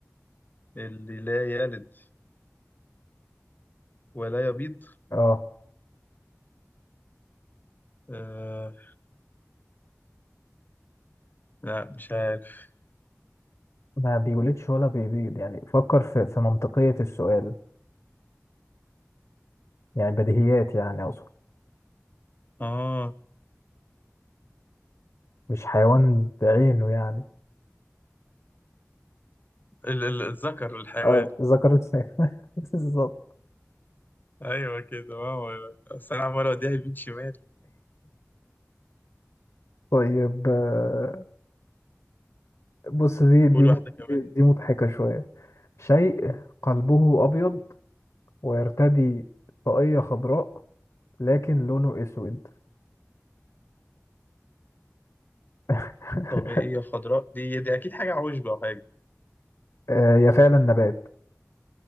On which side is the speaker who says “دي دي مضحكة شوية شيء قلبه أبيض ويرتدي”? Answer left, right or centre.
Left